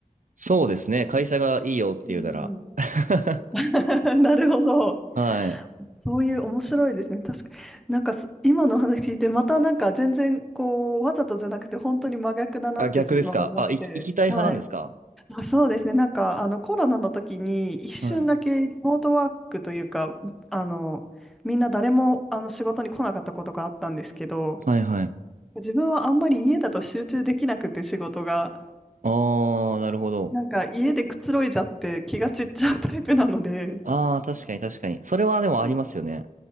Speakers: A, on the right (about 65°); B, in the centre.
A: そうですね、会社がいいよって言うなら。
B: えん
A: <laughs>
B: <laughs> なるほど。
A: はい。
B: そういう面白いですね。確かなんかす今のお話聞いて、またなんか全然こう、わざとじゃなくて本当に真逆だなって自分は思って、
A: あ、逆ですか。あ、いき、行きたい派なんですか。
B: はい。あ、そうですね。なんか、あの、コロナの時に一瞬だけリモートワークというか、
A: はい。
B: あの、みんな誰もあの仕事に来なかったことがあったんですけど、
A: はいはい。
B: 自分はあんまり家だと集中できなくて仕事が、
A: ああ、なるほど。
B: なんか家でくつろいじゃって気が散っちゃうタイプなので、
A: ああ、確かに確かに。それはでもありますよね。
B: なん